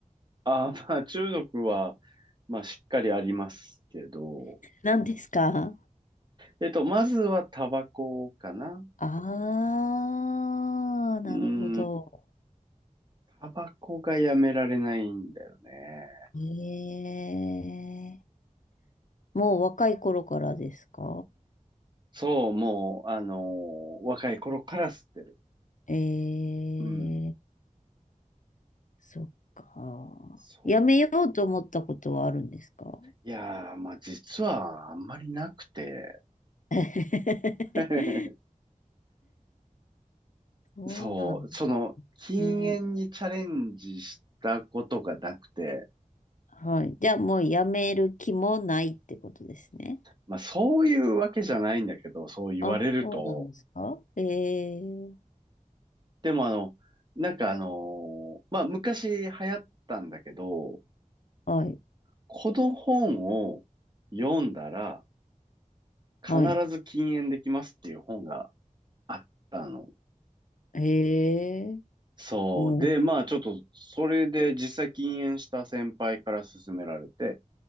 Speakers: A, on the right; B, on the left.
A: あ、まあ中毒は、まあしっかりありますけど、
B: 何ですか
A: えっと、まずはタバコかな。
B: ああー、
A: うー
B: なるほど。
A: ん、タバコがやめられないんだよね。
B: ええもう若い頃からですか
A: そう、もう、あのー若い頃から吸ってる。
B: ええ
A: うん。
B: そっか。
A: そう。
B: やめようと思ったことはあるんですか
A: いやー、まあ実はあんまりなくて。
B: <laughs>
A: <laughs>
B: そうなんで
A: そう、その、禁煙にチャレンジしたことがなくて。
B: すね。はい。じゃあもうやめる気もないってことですね。
A: まあそういうわけじゃないんだけど、そう言われると。
B: あ、そうなんですかええ
A: でもあの、なんかあのーまあ昔流行ったんだけど、
B: はい。
A: この本を読んだら、必ず禁煙できますっていう本が
B: はい。
A: あったの。
B: へえ。
A: そう。
B: おう
A: で、まあちょっと、それで実際禁煙した先輩から勧められて、